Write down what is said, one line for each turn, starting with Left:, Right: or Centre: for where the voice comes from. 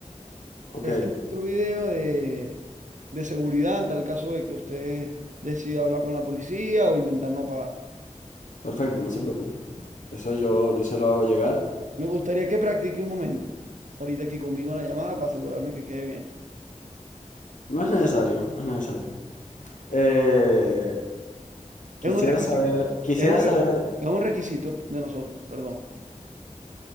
Left: Ok,
Right: Ese es nuestro video de, de seguridad en tal caso de que usted decida hablar con la policía o intentar no pagar.
Left: perfecto, no se preocupe. Eso yo, yo se lo hago llegar.
Right: Me gustaría que practique un momento, ahorita aquí conmigo en la llamada para asegurarme que quede bien.
Left: No es necesario, no es necesario. Eh, quisiera
Right: Es un requisito,
Left: saber, quisiera
Right: es un, re-
Left: saber,
Right: es un requisito de nosotros, perdón.